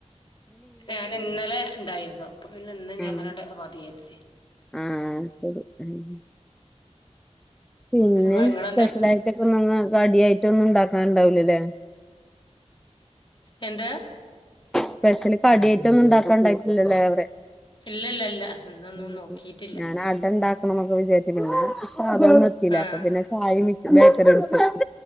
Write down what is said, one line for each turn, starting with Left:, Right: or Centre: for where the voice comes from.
Left: ഞാൻ ഇന്നലെ ഉണ്ടായിരുന്നു അപ്പൊ പിന്നെ ഇന്നും
Centre: ആഹ്
Left: ഞങ്ങളുടെ അവധിയാക്കി
Centre: ആഹ് ശരി ഉം പിന്നെ
Left: അപ്പൊ ഇങ്ങളെന്താ
Centre: സ്പെഷ്യലായി ട്ടൊക്കെ ഒന്നും കടിയായിട്ടൊന്നും ഉണ്ടാക്കാനുണ്ടാവില്ലല്ലേ
Left: എന്ത്
Centre: സ്പെഷ്യല് കടിയായിട്ടൊന്നും ഉണ്ടാക്കാൻ ഉണ്ടായിട്ടില്ലല്ലേ പറയുവാ
Left: ഇല്ലല്ല ഇല്ല ഇല്ല ഇന്നൊന്നും
Centre: ഉം
Left: നോക്കിട്ടില്ല
Centre: ഞാൻ അട ഇണ്ടാക്കണം വിചാരിച്ചിരുന്നു ഇപ്പോ മധുരം വെക്കുവേലേ
Left: ആഹ്
Centre: അപ്പോ പിന്നെ <unintelligible>